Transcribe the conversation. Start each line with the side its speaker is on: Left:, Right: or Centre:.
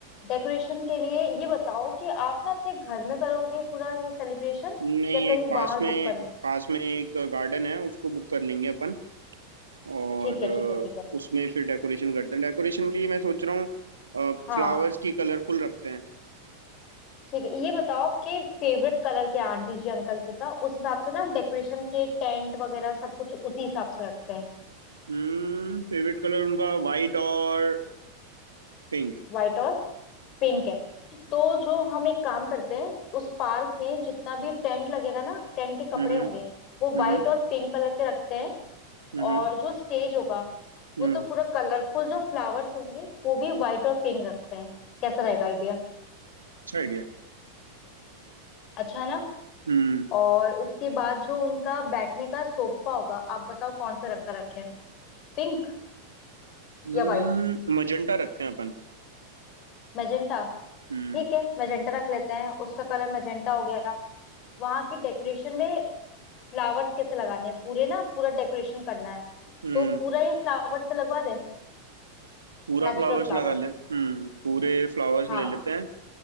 Left: डेकोरेशन के लिए ये बताओ कि आप ना अपने घर में करोगे पूरा ये सेलिब्रेशन
Right: नहीं
Left: या कहीं
Right: एक पास
Left: बाहर
Right: में
Left: बुक कर
Right: पास में एक गार्डन है उसको बुक कर लेंगे अपन और
Left: ठीक है
Right: अ,
Left: ठीक है ठीक है
Right: उसमें फिर डेकोरेशन करते हैं डेकोरेशन के लिए मैं सोच रहा हूँ
Left: हाँ
Right: फ्लावर्स की कलरफुल रखते हैं
Left: ठीक है ये बताओ आपके फेवरेट कलर क्या है आंटी जी अंकल जी का उस हिसाब से ना हम डेकोरेशन के टेंट वगैरह सब कुछ उसी हिसाब से रखते हैं
Right: हम्म फेवरेट कलर उनका वाइट और पिंक
Left: व्हाइट और पिंक है तो जो हम एक काम करते हैं उस पार्क में जितना भी टेंट लगेगा ना टेंट के कपड़े
Right: हम्म
Left: होंगे वो व्हाइट
Right: हम्म
Left: और पिंक कलर के रखते हैं
Right: हम्म
Left: और
Right: हम्म
Left: जो स्टेज होगा
Right: हम्म,
Left: वो तो पूरा कलरफुल जो फ्लावर्स होंगे वो भी व्हाइट और पिंक रखते हैं कैसा रहेगा आइडिया
Right: अच्छा आइडिया
Left: अच्छा है ना
Right: हम्म
Left: और उसके बाद जो उनका बैठने का सोफा होगा आप बताओ कौन से रंग का रखें पिंक
Right: हम्म
Left: या व्हाइट
Right: मजेंटा रखते हैं अपन
Left: मैजेंटा
Right: हम्म
Left: ठीक है मैजेंटा रख लेते हैं उसका कलर मैजेंटा हो गया वहां की डेकोरेशन में फ्लावर्स कैसे लगाने हैं पूरे ना पूरा डेकोरेशन करना है
Right: हम्म
Left: तो पूरा ये फ्लावर्स से लगवा दे
Right: पूरा
Left: नेचुरल
Right: फ्लावर्स
Left: फ्लावर्स
Right: लगा ले हम्म पूरे फ्लावर्स
Left: हाँ
Right: ले लेते हैं